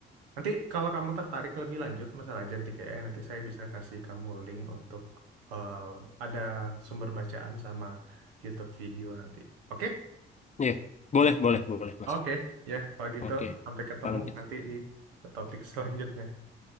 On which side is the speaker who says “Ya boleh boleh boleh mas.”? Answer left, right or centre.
Left